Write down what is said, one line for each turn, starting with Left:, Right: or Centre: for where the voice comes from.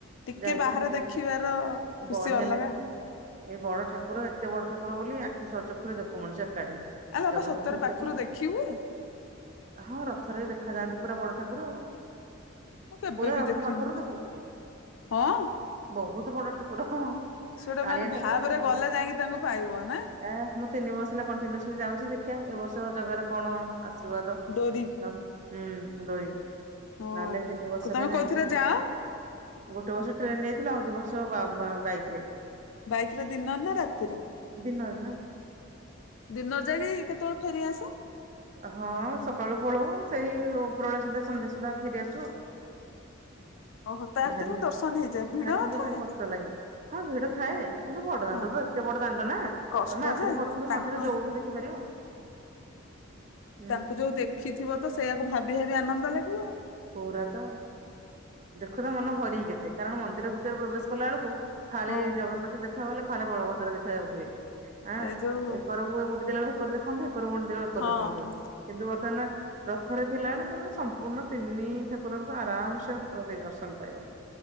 Left: ଟିକେ
Right: ଯାଇକି
Left: ବାହାରେ
Right: ଭଲ
Left: ଦେଖିବାର
Right: ବି
Left: ଖୁସି
Right: ବଢ଼ିଆ
Left: ଅଲଗା
Right: ଲାଗେ ନା। ଏଇ ବଡ଼ ଠାକୁର ଏତେ ବଡ଼ ଠାକୁର ବୋଲି ଆଖି ସଚକ୍ଷୁରେ ଦେଖୁ ମଣି ସେ ଏକାଠି।
Left: ଆଲୋ
Right: ଜଗନ୍ନାଥ
Left: ଅପା ସତରେ
Right: ଏତେ
Left: ପାଖରୁ
Right: ବଡ
Left: ଦେଖିବୁ?
Right: ହଁ ରଥରେ ଦେଖାଯାଆନ୍ତି ପୁରା ବଡ଼ ଠାକୁର।
Left: ମୁଁ କେବେ
Right: ପୁରା
Left: ବି
Right: ରଥ
Left: ଦେଖିନି
Right: ପାଖରୁ ଦେଖୁ
Left: ହଁ।
Right: ବହୁତ ବଡ଼ ଠାକୁର।
Left: ସେଟା
Right: କାଳିଆ
Left: ମାନେ
Right: ଠାକୁର
Left: ବାହା
Right: ବହୁତ
Left: ଘରେ ଗଲେ
Right: ବଡ।
Left: ଯାଇକି ତାଙ୍କୁ ପାଇବ ନା?
Right: ଏ ମୁଁ ତିନି ବର୍ଷ ହେଲା କଣ୍ଟିନ୍ୟୁସଲି ଯାଉଛି ଦେଖିବା ଏବ ବର୍ଷ ଜଗାରେ କଣ ଆଶୀର୍ବାଦ
Left: ଡୋରି
Right: ହୁଁ ଡୋରି
Left: ହଁ।
Right: ନହେଲେ ତିନି ବର୍ଷ ହେଲା
Left: ତମେ
Right: ଯାଇଥାଆନ୍ତି।
Left: କୋଉଥିରେ ଯାଅ
Right: ଗୋଟେ ବର୍ଷ ଟ୍ରେନ ଯାଇଥିଲ ଆଉ ଦିଇ ବର୍ଷ ବାଇକ୍ ରେ।
Left: ବାଇକ ରେ ଦିନ ନା ରାତିରେ?
Right: ଦିନରେ ନା।
Left: ଦିନରେ ଯାଇକି କେତେବେଳେ ଫେରି ଆସ?
Right: ହଁ ସକାଳୁ ପଲଇବୁ ସେଇ ଉପରବେଳେ ସୁଦ୍ଧା ସନ୍ଧ୍ୟା ସୁଦ୍ଧା ଫେରିଆସୁ ଆଉ।
Left: ଓହୋ ତା
Right: ଭାରି
Left: ଭିତରେ ବି ଦର୍ଶନ ହେଇଯାଏ ଭିଡ
Right: ବାହାରେ କିନ୍ତୁ
Left: ଥାଏ
Right: ଭାରି କଷ୍ଟ ଲାଗେ ହଁ ଭିଡ଼ ଥାଏ। କିନ୍ତୁ ବଡ଼ ଦାଣ୍ଡତ
Left: ହଁ
Right: ଏତେ ବଡ଼ ଦାଣ୍ଡ ନା ତମେ
Left: କଷ୍ଟ
Right: ଆଗରୁ
Left: ଯେ
Right: ପଛରୁୁ
Left: ତାଙ୍କୁ
Right: ମଝିରେ ଯଉଠୁ ଦେଖିପାରିବ। <inaudible> ହୁଁ
Left: ତାଙ୍କୁ ଯଉ ଦେଖିଥିବ ତ ସେଇଆକୁ ଭାବି ଭାବି ଆନନ୍ଦ ଲାଗିବ।
Right: ପୁରାତ ଦେଖୁ ଦେଖୁ ମନ ଭରି କେତେ କାରଣ ମନ୍ଦିର ଭିତରେ ପ୍ରବେଶ କଲା ବେଳକୁ ଫାଳେ
Left: ହଁ।
Right: ଜଗନ୍ନାଥ ଦେଖା ଗଲେ ଫାଳେ ବଳଭଦ୍ର ଦେଖା ଯାଉଥିବେ। ଆଁ
Left: ଏଇ ଯୋଉ
Right: ଏକରକୁ ଉଡି ଦେଲା ବଳ ଏକର ଦେଖାଆନ୍ତୁ ଏକରକୁ ମୁଣ୍ଡିଦେଲା ବଳେ ଏକ କରି
Left: ହଁ
Right: ଦେଖନ୍ତୁ।
Left: ହଁ
Right: କିନ୍ତୁ ବର୍ତ୍ତମାନ ରଥରେ ଥିଲାବେେଳେ ତ ସମ୍ପୂର୍ଣ୍ଣ ତିନି ଠାକୁରଙ୍କୁ ଆରାମସେ ପ୍ରତି ଦର୍ଶନ ପାଇବ।